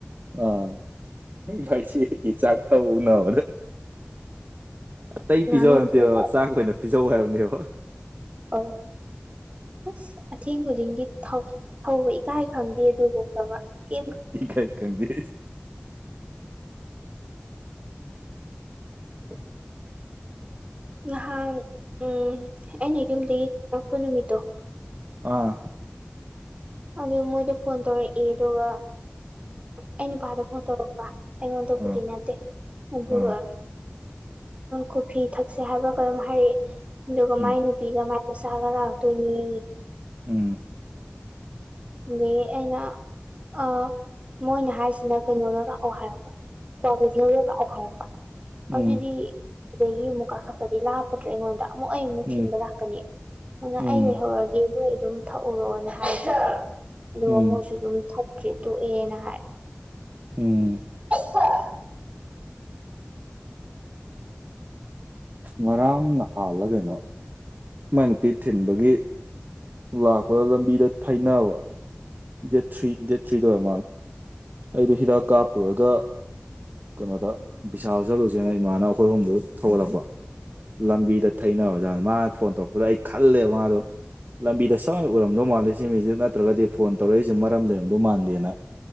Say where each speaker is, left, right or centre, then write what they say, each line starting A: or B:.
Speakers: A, on the right (about 50°); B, on the right (about 30°).
A: ꯑꯥ ꯆꯥꯛ ꯊꯧꯕ ꯅꯔ ꯑꯇꯩ
B: ꯉꯥꯅꯨ
A: ꯄꯤꯖꯧꯔꯝꯇꯦꯕ
B: ꯊꯣꯡꯕ
A: ꯆꯥꯛ ꯑꯣꯏꯅ ꯄꯤꯖꯧ ꯍꯥꯏꯔꯕꯅꯦꯕ
B: ꯑꯧ ꯑꯁ ꯑꯊꯦꯡ ꯈꯨꯗꯤꯡꯒꯤ ꯊꯧꯕ ꯏꯀꯥꯏ ꯈꯪꯗꯦ ꯑꯗꯨꯕꯨ ꯐꯕ ꯀꯩꯝ
A: ꯏ ꯀꯥꯏ ꯀꯗ
B: ꯎ ꯉꯍꯥꯟ ꯎ ꯑꯩꯅ ꯌꯨꯝꯗꯒꯤ ꯀꯔꯛꯄ ꯅꯨꯃꯤꯠꯇꯣ
A: ꯑꯥ
B: ꯑꯗꯨ ꯃꯣꯏꯗ ꯐꯣꯟ ꯇꯧꯔꯛꯏ ꯑꯗꯨꯒ ꯑꯩ ꯅꯨꯄꯥꯗ ꯐꯣꯟ ꯇꯧꯔꯛꯄ ꯑꯩꯉꯣꯟꯗ ꯀꯗꯤ
A: ꯑꯥ
B: ꯅꯠꯇꯦ ꯑꯗꯨꯒ
A: ꯑꯥ
B: ꯀꯣꯐꯤ ꯊꯛꯁꯦ ꯍꯥꯏꯕꯒ ꯑꯗꯨꯝ ꯍꯥꯏꯔꯛꯑꯦ ꯑꯗꯨꯒ
A: ꯎꯝ
B: ꯃꯥꯏ ꯅꯨꯄꯤꯒ ꯃꯥꯏ ꯃꯁꯒꯔ ꯂꯥꯛꯇꯅꯤ
A: ꯎꯝ
B: ꯑꯗꯒꯤ ꯑꯩꯅ ꯑ ꯃꯣꯏꯅ ꯍꯥꯏꯁꯤ ꯁꯤꯅ ꯀꯩꯅꯣ ꯂ ꯂꯥꯛꯎ ꯍꯥꯏꯔꯛꯄ ꯀꯣ ꯀꯩꯊꯦꯜꯗ ꯂꯥꯛꯑꯣ ꯍꯥꯏꯔꯛꯄ
A: ꯎꯝ
B: ꯑꯗꯨꯗꯤ ꯑꯗꯨꯗꯒꯤ ꯃꯨ ꯀꯥ ꯍꯥꯛꯄꯗꯤ ꯂ ꯍꯥꯞꯄꯇ꯭ꯔꯦ ꯑꯩꯉꯣꯟꯗ ꯑꯃꯨꯛ ꯑꯩ ꯑꯃꯨꯛ
A: ꯎꯝ
B: ꯊꯤꯟꯕ ꯂꯥꯛꯀꯅꯤ ꯑꯗꯨꯅ
A: ꯎꯝ
B: ꯑꯩ ꯂꯩꯍꯧꯔꯒꯦ ꯑꯩꯣꯏ ꯑꯗꯨꯝ ꯊꯛꯎꯔꯣꯅ ꯍꯥꯏꯁꯦ ꯑꯗꯨꯒ
A: ꯎꯝ
B: ꯃꯣꯏꯁꯨ ꯑꯗꯨꯝ ꯊꯇ꯭ꯔꯤ ꯇꯨ ꯑꯦꯅ ꯍꯥꯏ
A: ꯎꯝ
B: ꯍ
A: ꯉꯔꯥꯡ ꯅꯍꯥꯜꯂꯒꯩꯅꯣ ꯃ ꯅꯨꯄꯤ ꯊꯤꯟꯕꯒꯤ ꯂꯥꯛꯄꯗ ꯂꯝꯕꯤꯗ ꯊꯥꯏꯅꯕ ꯗꯦꯠ ꯊ꯭ꯔꯤ ꯗꯦꯠ ꯊ꯭ꯔꯤꯗꯧꯔꯦ ꯃꯥꯜꯂꯦ ꯑꯩꯗꯨ ꯍꯤꯗꯥꯛ ꯀꯥꯞꯄꯨꯔꯒ ꯀꯩꯅꯣꯗ ꯄꯕꯤꯁꯥ ꯆꯠꯂꯨꯁꯦꯅ ꯏꯃꯥꯅ ꯑꯩꯈꯣꯏꯔꯣꯝꯗꯨ ꯊꯧꯒꯠꯂꯛꯄ ꯂꯝꯕꯤꯗ ꯊꯩꯅꯕ ꯑꯣꯖꯥꯠ ꯃꯥꯅ ꯐꯣꯟ ꯇꯧꯔꯛꯄꯗ ꯑꯩ ꯈꯜꯂꯦꯕ ꯃꯥꯗꯣ ꯂꯝꯕꯤꯗ ꯁꯨꯡꯅ ꯎꯔꯝꯗꯧ ꯃꯥꯟꯜꯂꯤꯦ ꯁꯤꯃꯤꯁꯦ ꯅꯠꯇ꯭ꯔꯒꯗꯤ ꯐꯣꯟ ꯇꯧꯔꯛꯏꯁꯦ ꯃꯔꯝ ꯂꯩꯔꯝꯗꯧ ꯃꯥꯟꯗꯦꯅ